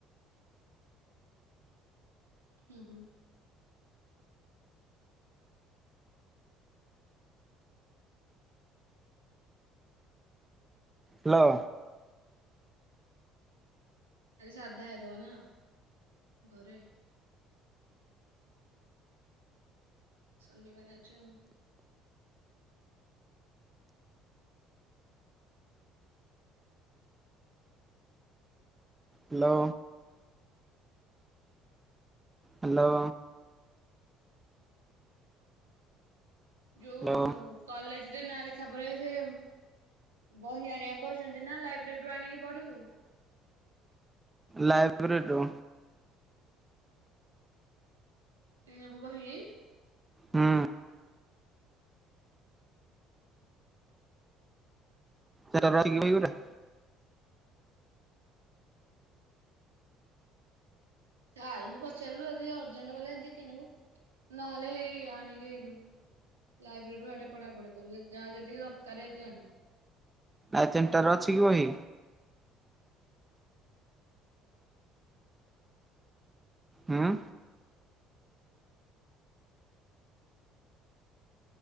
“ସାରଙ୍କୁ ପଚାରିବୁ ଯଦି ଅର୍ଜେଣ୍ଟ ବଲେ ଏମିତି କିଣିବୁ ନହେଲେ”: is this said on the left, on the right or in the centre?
Right